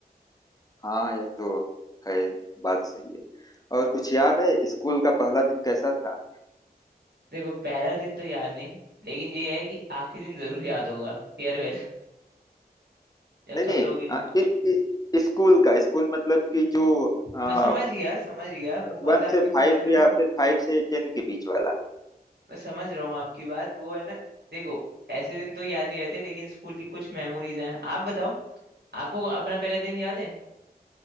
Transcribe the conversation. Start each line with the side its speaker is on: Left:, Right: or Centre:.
Left: हाँ यह तो है बात सही है और कुछ याद है स्कूल का पहला दिन कैसा था
Right: देखो पहला दिन तो याद नहीं लेकिन ये है कि आखिरी दिन जरूर याद होगा फेयरवेल <laughs> जब
Left: नहीं
Right: सब
Left: नहीं
Right: लोग
Left: आ, इ- इ- स्कूल का स्कूल मतलब कि जो आ,
Right: मैं समझ गया समझ गया वो बात
Left: वन
Right: आपकी
Left: से
Right: समझ
Left: फाइव
Right: रहा
Left: या
Right: हूँ
Left: फिर फाइव से टेन के बीच वाला
Right: मैं समझ रहा हूँ आपकी बात वो है ना देखो ऐसे दिन तो याद नहीं रहते लेकिन स्कूल की कुछ मेमोरीज हैं आप बताओ आपको अपना पहला दिन याद है